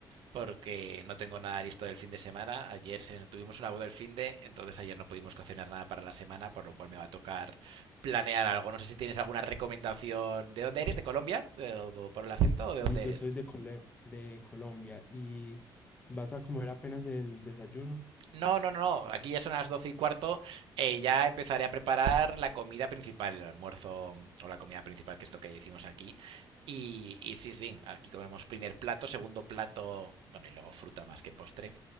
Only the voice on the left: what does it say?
Sí,
yo
soy de, Cole- de Colombia y vas a comer apenas el desayuno.